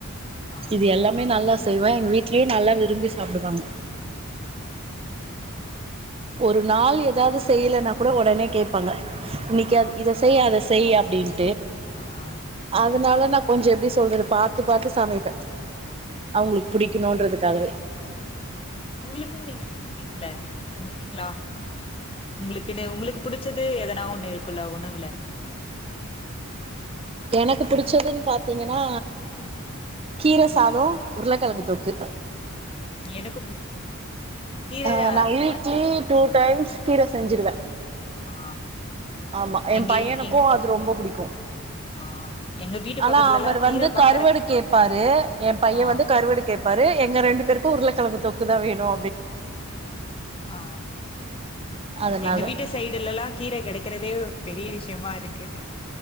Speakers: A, on the left (about 25°); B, on the right (about 25°).
A: ஆ
B: இது எல்லாமே நல்லா ச செய்வே எங்க வீட்லயும் நல்லா விரும்பி சாப்புடுவாங்க ஒரு நாள் ஏதாவது செய்யலன்னா கூட உடனே கேட்பாங்க இன்னைக்கு
A: ஆ
B: இத செய் அத செய் செய் அப்படின்
A: ஆ ஆ
B: அதனால ந கொஞ்சம் எப்படி சொல்றது பாார்த்து பார்த்து சமைப்பேன் அவுங்குளுக்கு பிடிக்கணும்ன்றதுக்காகவே
A: உங்களுக்கு நீங்க செஞ்சுப்பீங்கள செஞ்சுப்பீங்களா உங்களுக்குன்னு உங்குளுக்கு புடிச்சது எதனா ஒண்ணு இருக்குல உணவுல
B: எனக்கு பிடிச்சதுன்னு பாத்தீங்கன்னா கீர சாதம் உருளக்கெழங்கு தொக்கு
A: எனக்கோ பிடிக்கோ கீர
B: ஆ நா வீக்லி
A: அகி
B: டூ டைம்ஸ் கீர செஞ்சுடுவேன்
A: ஆ
B: ஆமா என்
A: எங்க
B: பையனுக்கோ
A: எங்
B: அது ரொம்ப புடிக்கோ
A: ஆ எங்க வீட்டு
B: ஆனா
A: பக்கத்துலலா
B: அவரு
A: கீர
B: வந்து
A: பாக்கற
B: கருவடு கேட்பாரு என் பையன்
A: ஆ
B: வந்து கருவடு கேட்பாரு எங்க ரெண்டு பேரு உருள கெழம்கு தொக்கு தா வேணோ
A: ஆ
B: அதனால
A: எங்க வீட்டு சைடுலலா கீர கெடைக்கிறதே பெரிய விஷயமா இருக்கு